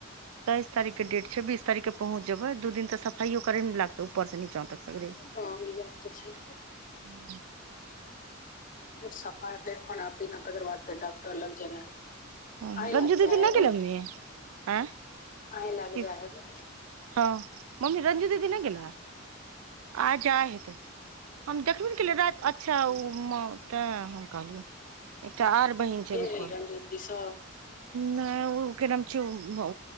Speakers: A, on the right (about 80°); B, on the left (about 40°).
A: तेैइस तारख के डेट छै बीस तारीके। पहुँच जेबै दू दिन तऽ सफाइयो करैमे लागते ऊपर से नीचा तक सगरे। हूँ।
B: हँ ई बात तऽ छै सफाइ फेर खाना पीना तकर बाद फेर डॉक्टर लग जेनाइ
A: हँ
B: आय
A: रंजू
B: ला <unintelligible>
A: दीदी
B: जाइ
A: नहि
B: हेबै।
A: गेलै मम्मी आँय
B: आय लाग
A: की
B: जाय हेबी?
A: हँ मम्मी रंजू दीदी नै गेलै? आज जाय हेतै। हम देख बे नेै केलियेै रैत अच्छा उ मौका हम कहलियै। एकटा आर बहिन छे रुप-
B: तेल रञ्जो दिदी सब।
A: नै ओ करन चू बौ